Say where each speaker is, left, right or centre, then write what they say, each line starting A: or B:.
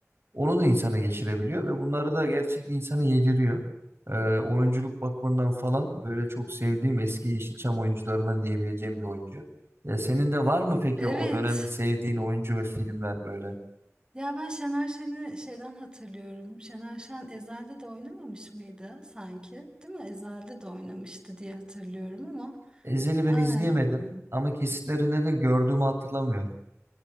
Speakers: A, on the right; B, on the right.
A: onu da insana geçirebiliyor ve bunları da gerçekten insana yediriyor. Ee, oyunculuk bakımından falan böyle çok sevdiğim eski Yeşilçam oyuncularından diyebileceğim bir oyuncu. Ya senin de var mı peki
B: Evet.
A: o dönemde sevdiğin oyuncu ve filmler böyle?
B: Ya ben Şener Şen'i şeyden hatırlıyorum. Şener Şen Ezel'de de oynamamış mıydı sanki? Değil mi? Ezel'de de oynamıştı diye hatırlıyorum ama.
A: Ezel'i ben
B: Ay.
A: izleyemedim ama kesitlerinde de gördüğümü hatırlamıyorum.